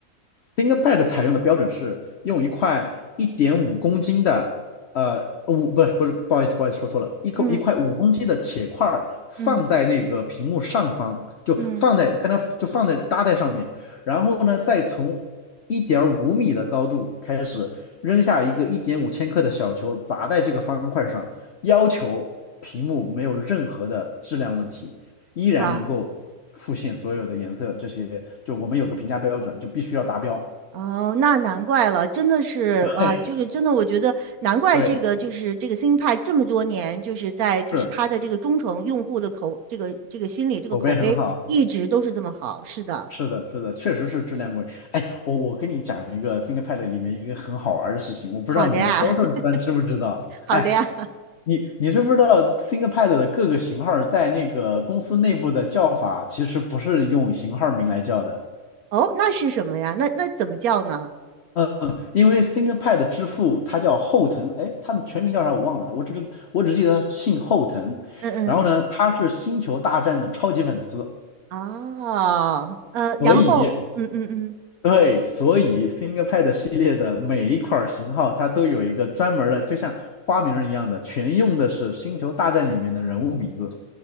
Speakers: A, on the left (about 55°); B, on the right (about 80°).
A: ThinkPad 采用的标准是用一块一点五公斤的，呃，五不是不是，不好意思不好意思说错了，一口一块五公斤的铁块儿放在那个屏幕上方，
B: 嗯嗯
A: 就放在跟它就放在搭在上面，
B: 嗯，
A: 然后呢再从一点五米的高度开始扔下一个一点五千克的小球砸在这个方块上，要求屏幕没有任何的质量问题，依然能够复现所有的颜色这些，
B: 哇
A: 就我们有个评价标准，就必须要达标。
B: 哦，那难怪了，真的是啊，
A: 对
B: 这个真的，我觉得难怪这个就是这个新派这么多年就是在就是它的这个忠诚用户的口这个这个心理这个口碑一直都是这么好。
A: <laughs> 对，是口碑很好，
B: 是的，
A: 是的，是的，确实是质量过硬。哎，我我跟你讲一个 ThinkPad 里面一个很好玩的事情，我不知道你们销售端知不知道？
B: 好的呀，<laughs> 好的呀。
A: 哎，你你知不知道 ThinkPad 的各个型号在那个公司内部的叫法其实不是用型号名来叫的，
B: 哦，那是什么呀？那那怎么叫呢？
A: 嗯，因为 ThinkPad 之父他叫后藤，哎，他们全名叫啥我忘了他我只是我只记得他姓后藤，
B: 嗯嗯。
A: 然后呢，他是星球大战的超级粉丝。
B: 哦，呃，
A: 所以
B: 然后，嗯嗯嗯，
A: 对，所以 ThinkPad 系列的每一款型号，它都有一个专门儿的，就像花名儿一样的，全用的是《星球大战》里面的人物名字。